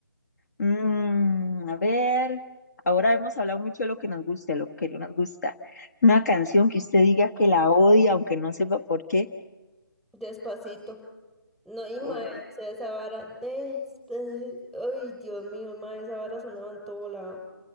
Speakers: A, on the left; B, in the centre.
A: Mm, a ver, ahora hemos hablado mucho de lo que nos gusta, de lo que no nos gusta. Una canción que usted diga que la odia, aunque no sepa por qué.
B: Despacito. No, y mae,
A: ¡Ay,
B: o sea, esa vara. después- Ay, Dios mío, mae, esa vara sonaba en todo lado.